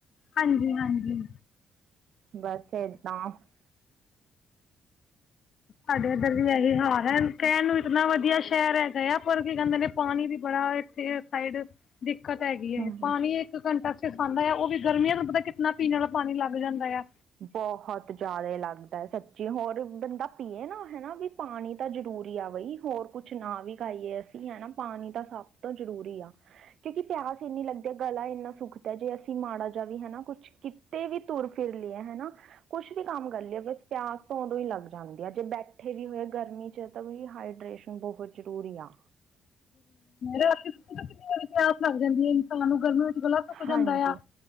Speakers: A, on the left; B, on the right.
A: ਹਾਂਜੀ ਹਾਂਜੀ
B: ਬਸ ਦ <unintelligible>
A: ਸਾਡੇ ਇੱਧਰ ਵੀ ਇਹੀ ਹਾਂ ਹੈ <unintelligible> ਕਹਿਣ ਨੂੰ ਇਤਨਾ ਵਧੀਆ ਸ਼ਹਿਰ ਹੈ ਗ ਪਰ ਕੀ ਕਹਿੰਦੇ ਨੇ ਪਾਣੀ ਵੀ ਬੜਾ ਇੱਥੇ ਸਾਈਡ ਦਿੱਕਤ ਹੈਗੀ ਏ
B: ਹਮ
A: ਪਾਣੀ
B: ਹਮ
A: ਇੱਕ ਘੰਟਾ ਸਖਾਉਂਦਾ ਆ ਉਹ ਵੀ ਗਰਮੀਆਂ ਤੋਂ ਪਤਾ ਕਿਤਨਾ ਪੀਨ ਵਾਲਾ ਪਾਣੀ ਲੱਗ ਜਾਂਦਾ ਯਾ।
B: ਬਹੁਤ ਜਿਆਦੇ ਲੱਗਦੈ ਸੱਚੀ ਹੋਰ ਬੰਦਾ ਪੀਏ ਨਾ, ਹਨਾ ਵੀ ਪਾਣੀ ਤਾਂ ਜ਼ਰੂਰੀ ਆ ਬਈ ਹੋਰ ਕੁਛ ਨਾ ਵੀ ਖਾਈਏ ਅਸੀਂ ਹਨਾ। ਪਾਣੀ ਤਾਂ ਸਭ ਤੋਂ ਜਰੂਰੀ ਆ ਕਿਉਂਕਿ ਪਿਆਸ ਇੰਨੀ ਲੱਗਦੀ ਆ ਗਲਾ ਇੰਨਾ ਸੁਖਦਾ ਹੈ ਜੇ ਅਸੀਂ ਮਾੜਾ ਜਿ ਵੀ ਹਨਾ ਕੁਛ ਕਿਤੇ ਵੀ ਤੁਰ ਫਿਰ ਲਏ ਹਨਾ ਕੁਛ ਵੀ ਕੰਮ ਕਰ ਲਿਆ ਬਸ ਪਿਆਸ ਤੋਂ ਉਦੋਂ ਹੀ ਲੱਗ ਜਾਂਦੀ ਆ ਜੇ ਬੈਠੇ ਵੀ ਹੋਏ ਗਰਮੀ ਚ ਤਾਂ ਉ ਹਾਈਡਰੇੇਸ਼ਨ ਬਹੁਤ ਜ਼ਰੂਰੀ ਆ।
A: ਰਾਤੀ ਕਿੰਨੀ ਵਜਾਰੀ ਕਹਾਸ ਲੱਗ ਜਾਂਦੀ ਹੈ <unintelligible> ਸਲਾਂ ਨੂੰ ਗਰਮੀ ਵਿੱਚ ਗਲਾ ਸੁੱਕ
B: ਹਾਂਜੀ
A: ਜਾਂਦਾ ਆ